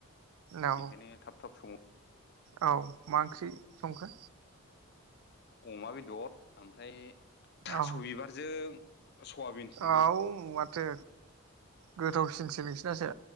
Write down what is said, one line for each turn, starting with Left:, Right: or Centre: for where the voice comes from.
Right: औ
Left: बेखायनो थाब थाब सङो।
Right: औ मा ओंख्रि संखो?
Left: अमा बेदर आमफ्राय थास'
Right: औ
Left: बिबारजों सयाबिन संदों
Right: औ माथो गोथावसिनसो नोंसि नायो